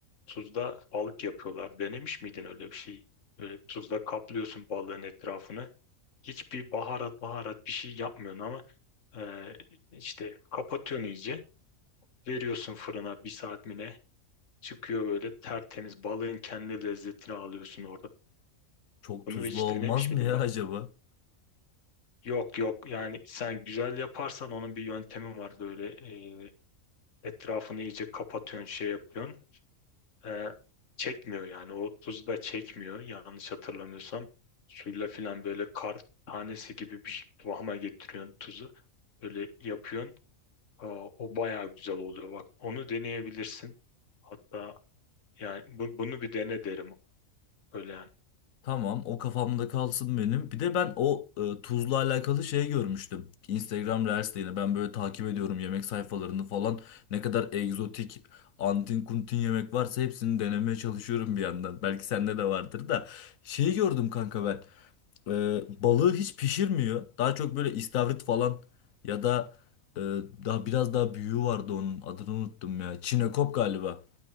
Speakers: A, on the left; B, on the left.
A: tuzda balık yapıyorlar. Denemiş miydin öyle bir şey? Böyle tuzla kaplıyorsun balığın etrafını. Hiçbir baharat baharat bir şey yapmıyorsun ama e, işte kapatıyorsun iyice. Veriyorsun fırına bir saat mi ne? Çıkıyor böyle tertemiz balığın kendi lezzetini alıyorsun orada.
B: Çok
A: Bunu
B: tuzlu
A: hiç
B: olmaz
A: denemiş
B: mı
A: miydin?
B: ya
A: Bak,
B: acaba?
A: yok yok yani sen güzel yaparsan onun bir yöntemi var böyle e, Etrafını iyice kapatıyorsun, şey yapıyorsun. Ee, çekmiyor yani. O tuzu da çekmiyor. Yanlış hatırlamıyorsam. Suyla filan böyle kar tanesi gibi bir kıvama getiriyorsun tuzu. Böyle yapıyorsun. Aa, o bayağı güzel oluyor. Bak onu deneyebilirsin. Hatta yani bu- bunu bir dene derim. Öyle yani.
B: Tamam o kafamda kalsın benim. Bir de ben o e, tuzla alakalı şey görmüştüm. Instagram Reels'te yine ben böyle takip ediyorum yemek sayfalarını falan. Ne kadar egzotik antin kuntin yemek varsa hepsini denemeye çalışıyorum bir yandan. Belki sende de vardır da. Şeyi gördüm kanka ben. E, balığı hiç pişirmiyor. Daha çok böyle istavrit falan ya da e, daha biraz daha büyüğü vardı onun adını unuttum ya. Çinekop galiba.